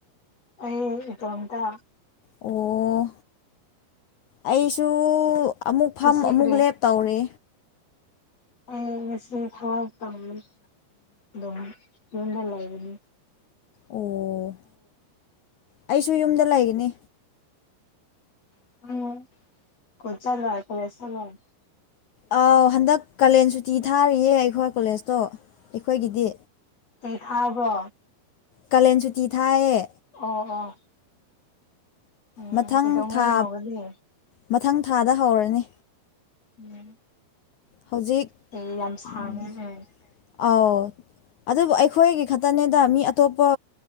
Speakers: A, on the left; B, on the left.
A: ꯑꯩ ꯏꯇꫭꯝꯇ
B: ꯑꯣ ꯑꯩꯁꯨ ꯑꯃꯨꯛ ꯐꯝ
A: ꯉꯁꯤ
B: ꯑꯃꯨꯛ
A: ꯀꯔꯤ
B: ꯂꯦꯞ ꯇꯧꯔꯤ
A: ꯑꯩ ꯉꯁꯤ ꯊꯋꯥꯏ ꯑꯗꯨꯝ ꯌꯨꯝꯗ ꯂꯩꯒꯅꯤ
B: ꯑꯣ ꯑꯩꯁꯨ ꯌꯨꯝꯗ ꯂꯩꯒꯅꯤ
A: <unintelligible>
B: ꯑꯥꯎ ꯍꯟꯗꯛ ꯀꯥꯂꯦꯟ ꯁꯨꯇꯤ ꯊꯥꯔꯤꯌꯦ ꯑꯩꯈꯣꯏ ꯀꯣꯂꯦꯖꯇꯣ ꯑꯩꯈꯣꯏꯒꯤꯗꯤ
A: ꯀꯩ ꯊꯥꯕ꯭ꯔꯣ
B: ꯀꯥꯂꯦꯟ ꯁꯨꯇꯤ ꯊꯥꯏꯌꯦ
A: ꯑꯣ ꯑꯣ ꯎꯝ
B: ꯃꯊꯪ
A: ꯀꯩꯗꯧꯉꯩꯍꯎꯒꯅꯤ
B: ꯊꯥ ꯃꯊꯪ ꯊꯥꯗ ꯍꯧꯔꯅꯤ
A: ꯎꯝ
B: ꯍꯧꯖꯤꯛ
A: ꯇꯤ ꯌꯥꯝ ꯁꯥꯡꯉꯦꯅꯦ
B: ꯎꯝ ꯑꯥꯎ ꯑꯗꯨꯕꯨ ꯑꯩꯈꯣꯏꯒꯤ ꯈꯛꯇꯅꯦꯗ ꯃꯤ ꯑꯇꯣꯞꯄ